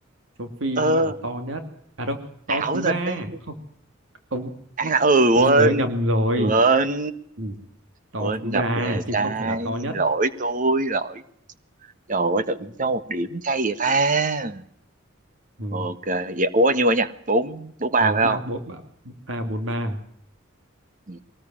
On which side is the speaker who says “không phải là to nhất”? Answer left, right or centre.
Right